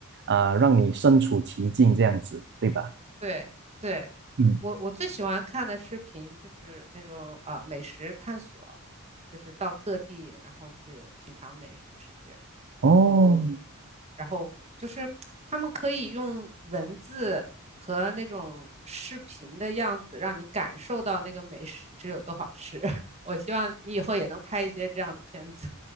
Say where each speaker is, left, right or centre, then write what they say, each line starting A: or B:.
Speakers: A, on the right (about 50°); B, on the right (about 30°).
A: 啊呃让你身处其境这样子，对吧？
B: 对对，
A: 嗯，
B: 我我最喜欢看的视频就是那种啊、美食探索，就是到各地然后去品尝美食，
A: 哦，
B: 然后然后就是他们可以用文字和那种视频的样子让你感受到那个美食有多好吃。<laughs> 我希望你以后也能拍一些这样的片子。